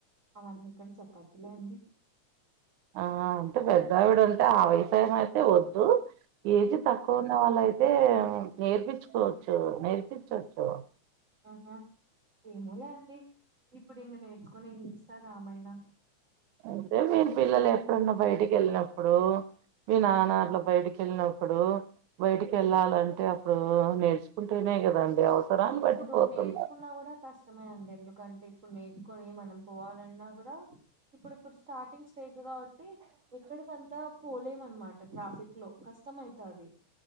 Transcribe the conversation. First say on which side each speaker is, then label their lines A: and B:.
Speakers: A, on the right; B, on the right.
A: అవారిక్కడ చేపాతీలే అండి
B: ఆ అంటే పెద్దవిడ అంటే ఆ వయసామయితే వద్దు ఏజ్
A: హ్మ్.
B: తక్ కున్న వాళ్ళయితే నేర్పించుకోవచ్చు నేర్పించొచ్చు
A: ఆహా ఏమలే అండి ఇప్పుడు ఇకా నేర్చుకొని ఇన్ని ఇస్తారు ఆమాయిణ
B: అదే మీరు పిల్లలు ఎప్పుడన్న బయటికి వెళ్ళినప్పుడు మీ నాన్నా అట్లా బయటకి వెళ్ళినప్పుడు బయటికి వెళ్ళాలంటే అప్పుడు నేర్చుకుంటేనే కదండి అవసరాన్ని
A: ఇప్పుడు
B: బట్టి పోతుండాలి
A: నేర్చుకున్నా కూడా కష్టమే అండి ఎందుకంటే ఇప్పుడు నేర్చుకొని మనం పోవాలన్నా కూడా ఇప్పుడిప్పుడు స్టార్టింగ్ స్టేజ్ కాబట్టి ఎక్కడికి అంత్ త పోలేమనమాట ట్రాఫిక్లో కష్టమయితాది